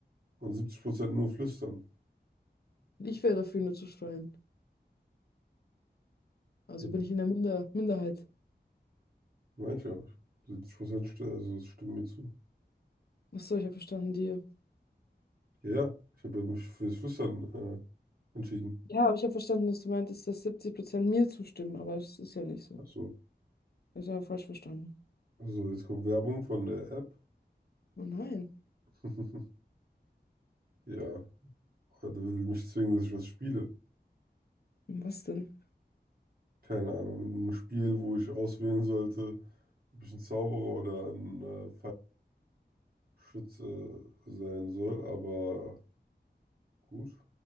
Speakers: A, on the right; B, on the left.
A: und 70% nur flüstern.
B: Ich wäre dafür, nur zu schreien. Also
A: Ja,
B: bin ich in der Minder Minderheit.
A: meinte ich ja. 70% st also es stimmen mir zu.
B: Achso, ich habe verstanden, dir.
A: Ja, ja, ich habe ja mich fürs Flüstern äh, entschieden.
B: Ja, aber ich habe verstanden, dass du meintest, dass 70% mir zustimmen, aber es ist ja nicht so.
A: Achso.
B: Ich habe falsch verstanden.
A: So, jetzt kommt Werbung von der App.
B: Oh nein.
A: <laughs> Ja, aber der will mich zwingen, dass ich was spiele.
B: Was denn?
A: Keine Ahnung, ein Spiel, wo ich auswählen sollte, ob ich ein Zauberer oder ein äh, Pfeilschütze sein soll. Aber gut,